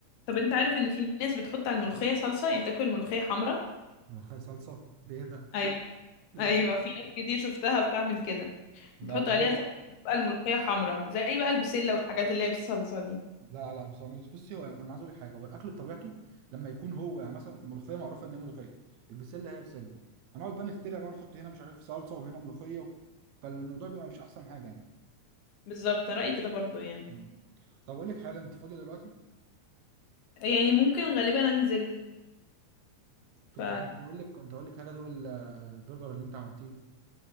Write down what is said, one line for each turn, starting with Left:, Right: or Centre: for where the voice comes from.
Left: طب انت عارف ان في ناس بتحط على الملوخية صلصة يعني بتاكل الملوخية حمرا
Right: ملوخيه صلصه دي إيه ده
Left: ايوه
Right: <laughs>
Left: ايوه في ناس كتير شفتها بتعمل كده
Right: لا
Left: بتحط عليها
Right: هي
Left: صلصة بقى الملوخية حمرا زي بقى البسلة والحاجات اللي هي بالصلصة دي
Right: لا لا بصراحه بصي هو انا أنا عايز اقول لك حاجه هو الاكل بطبيعته لما يكون هو يعني مثلا الملوخيه معروفه ان هي ملوخيه البسله هي بسله هنقعد بقى نخترع بقى نحط هنا مش عارف صلصه وهنا ملوخيه و... فالموضوع بيبقى مش احسن حاجه يعني
Left: بالظبط أنا رأيي كده برضو يعني
Right: مم. طب اقول لك حاجه انت فاضيه دلوقتي
Left: يعني ممكن غالبا انزل
Right: كنت
Left: ف
Right: كنت اقول لك كنت اقول لك حاجه ادوق ال- البرجر اللي انت عملتيه